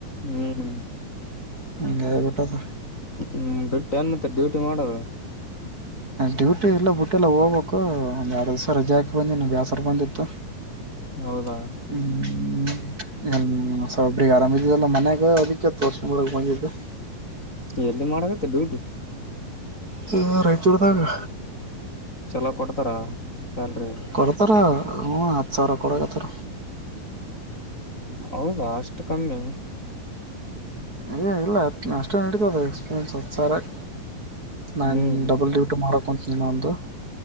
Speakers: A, on the left (about 20°); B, on the right (about 25°).
A: ಹ್ಮ್ ಹ್ಮ್.
B: <unintelligible> ಊಟ ಅದ.
A: ಹ್ಮ್ ಬಿಟ್ಟ ಏನ್ ಮತ್ತೆ ಡ್ಯೂಟಿ ಮಾಡೋದು.
B: ಡ್ಯೂಟಿ ಇಲ್ಲ ಬಿುಟ್ಟೆ ಎಲ್ಲ ಹೋಗ್ಬೇಕು ಒಂದ್ ಎರಡು ದಿವ್ಸ ರಜೆ ಹಾಕಿ ಬಂದಿನಿ ಬ್ಯಾಸರ ಬಂದಿತ್ತು.
A: ಹೌದಾ
B: ಹ್ಮ <unintelligible> ಉಸಾಬರಿ ಆರಾಮ <unintelligible> ಇದೆಲ್ಲ ಮನೆಯಾಗ ಅದಕ್ಕೆ ತೋರಿಸ್ಕೊಂಡೆ ಬರಕ್ ಬಂದಿದ್ದೆ.
A: ಎಲ್ಲಿ ಮಾಡಕತ್ತೆ ಡ್ಯೂಟಿ.
B: ಹ ರಾಯಚೂರುದಾಗ.
A: ಚಲೋ ಕೊಡ್ತಾರ ಸ್ಯಾಲರಿ.
B: ಕೊಡ್ತಾರ ಹು ಹತ್ ಸಾವಿರ ಕೊಡಾಕತಾರ.
A: ಹೌದಾ ಅಷ್ಟ ಕಮ್ಮಿ.
B: ಏ ಇಲ್ಲ ಅಷ್ಟ ನಡಿತದ ಎಕ್ಸ್ಪೀರಿಯೆನ್ಸ್ ಹತ್ ಸಾರಾಯ್ಗ. ನಾನ್
A: ಹ್ಮ್
B: ಡಬಲ್ ಡ್ಯೂಟಿ ಮಾಡಕ್ ಕುಂತೀನಿ ಇನ್ನ ಒಂದು.